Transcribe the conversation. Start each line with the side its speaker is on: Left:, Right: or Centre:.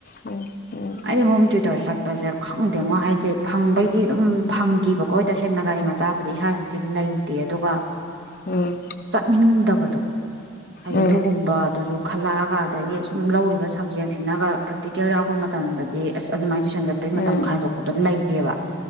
Left: ꯎꯝ ꯎꯝ
Right: ꯑꯩ ꯍꯣꯝ ꯇꯨꯏꯇꯔ ꯆꯠ ꯄꯁꯦ ꯈꯪꯗꯦꯉꯣ ꯍꯥꯏꯗꯤ ꯐꯪꯕꯩꯗꯤ ꯑꯗꯨꯝ ꯐꯪꯈꯤꯕꯀꯣ ꯍꯣꯏ ꯇꯁꯦꯡꯅ ꯒꯥꯔꯤ ꯃꯆꯥꯕꯨꯗꯤ ꯏꯁꯥꯕꯨꯗꯤ ꯑꯗꯨꯝ ꯂꯩ ꯗꯦ ꯑꯗꯨꯒ
Left: ꯎꯝ
Right: ꯆꯠꯅꯤꯡꯗꯕꯗꯣ ꯍꯥꯏꯗꯤ
Left: ꯎꯝ
Right: ꯑꯗꯨꯒꯨꯝꯕꯗꯨꯁꯨ ꯈꯜꯂꯛꯑꯒ ꯑꯗꯒꯤ ꯁꯨꯝ ꯂꯧꯔꯤꯕ ꯁꯕꯖꯦꯛꯁꯤꯅꯒ ꯄ꯭ꯔꯦꯛꯇꯤꯀꯦꯜ ꯌꯥꯎꯔꯛꯄ ꯃꯇꯝꯗꯗꯤ ꯑꯁ ꯑꯗꯨꯃꯥꯏꯅ ꯇꯣꯏꯁꯟ ꯆꯠꯄꯩ
Left: ꯎꯝ
Right: ꯃꯇꯝ ꯈꯥꯏꯗꯣꯛꯄꯗꫭ ꯂꯩꯇꯦꯕ